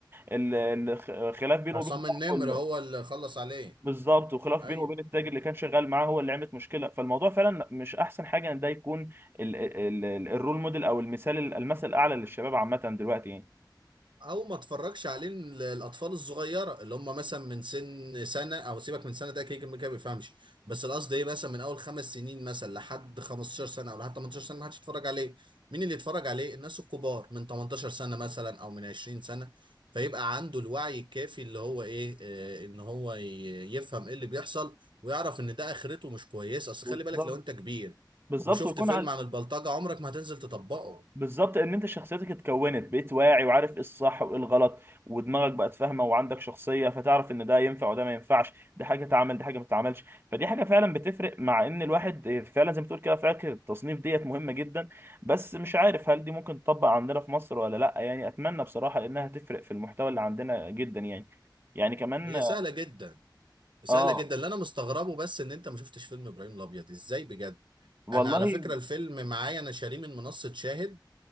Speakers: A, on the right; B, on the right.
A: ال ال- خلاف بينه
B: عصام
A: وبين صاحبه
B: النمر
A: ال-
B: هو اللي خلص عليه
A: بالظبط وخلاف
B: ايوه
A: بينه وبين التاجر
B: مم.
A: اللي كان شغال معاه هو اللي عملت مشكله فالموضوع فعلا مش احسن حاجه ان ده يكون ال ال ال الرول موديل او المثال المثل الاعلى للشباب عامه دلوقتي يعني
B: او ما اتفرجش عليه ال- الاطفال الصغيره اللي هم مثلا من سن سنه او سيبك من سنه ده كده كده كده ما بيفهمش بس القصد ايه مثلا من اول خمس سنين مثلا لحد 15 سنه او لحد 18 سنه ما حدش يتفرج عليه مين اللي يتفرج عليه الناس الكبار من 18 سنه مثلا او من 20 سنه فيبقى عنده الوعي الكافي اللي هو ايه آه، ان هو ي- يفهم ايه اللي بيحصل ويعرف ان ده اخرته مش كويسه اصل
A: بالظبط
B: خلي بالك لو انت كبير
A: بالظبط
B: وشفت
A: ويكون
B: فيلم
A: على
B: عن البلطجه عمرك ما هتنزل تطبقه
A: بالظبط ان انت شخصيتك اتكونت بقيت واعي وعارف ايه الصح وايه الغلط ودماغك بقت فاهمه وعندك شخصيه فتعرف ان ده ينفع وده ما ينفعش دي حاجه تعمل دي حاجه ما تتعملش فدي حاجه فعلا بتفرق مع ان الواحد آه، فعلا زي ما تقول كده فكره التصنيف ديت مهمه جدا بس مش عارف هل دي ممكن تطبق عندنا في مصر ولا لا يعني اتمنى بصراحه لانها تفرق في المحتوى اللي عندنا جدا يعني يعني كمان
B: هي سهله جدا سهله
A: اه
B: جدا اللي انا مستغربه بس ان انت ما شفتش فيلم ابراهيم الابيض ازاي بجد
A: والله
B: انا على فكره الفيلم معايا انا شاريه من منصه شاهد